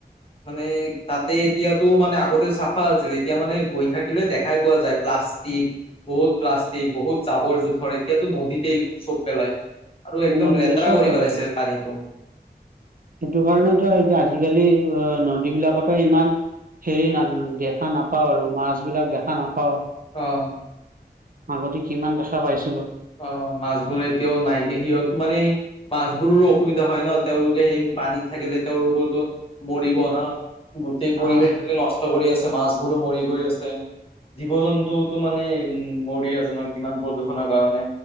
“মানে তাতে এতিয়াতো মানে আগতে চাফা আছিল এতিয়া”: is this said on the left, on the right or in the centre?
Left